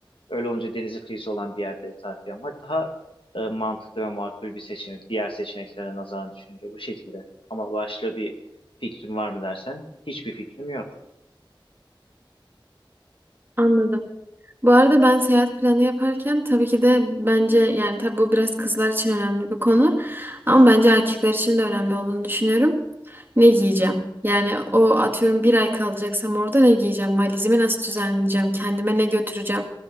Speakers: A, on the left (about 85°); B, on the right (about 25°).
A: Öyle olunca denizi kıyısı olan bir yerde tatil yapmak daha e, mantıklı ve makul bir seçenek. Diğer seçeneklere nazaran düşününce bu şekilde. Ama başka bir fikrim var mı dersen hiçbir fikrim yok.
B: Anladım. Bu arada ben seyahat planı yaparken tabii ki de bence yani tabii bu biraz kızlar için önemli bir konu ama bence erkekler için de önemli olduğunu düşünüyorum. Ne giyeceğim? Yani o atıyorum bir ay kalacaksam orada ne giyeceğim? Valizimi nasıl düzenleyeceğim? Kendime ne götüreceğim?